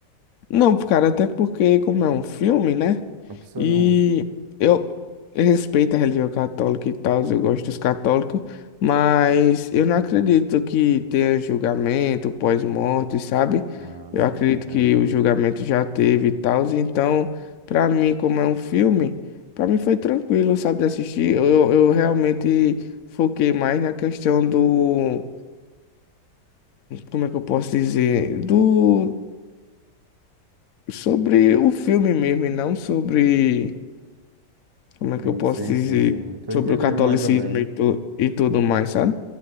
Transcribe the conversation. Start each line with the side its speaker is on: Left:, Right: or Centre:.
Left: Não, cara, até porque, como é um filme, né?
Right: A pessoa
Left: E
Right: não.
Left: eu respeito a religião católica e tal, eu gosto dos católicos, mas eu não acredito que tenha julgamento pós-morte, sabe?
Right: Ah,
Left: Eu
Right: sim,
Left: acredito
Right: entendi.
Left: que o julgamento já teve e tal, então, pra mim, como é um filme, pra mim foi tranquilo, sabe, de assistir. Eu, eu realmente foquei mais na questão do. Como é que eu posso dizer? do sobre o filme mesmo, e não sobre, como é
Right: Sim,
Left: que eu posso
Right: sim,
Left: dizer,
Right: sim, sim. Tô
Left: sobre
Right: entendendo
Left: o catolicismo
Right: mais ou menos.
Left: e, tu, e tudo mais, sabe?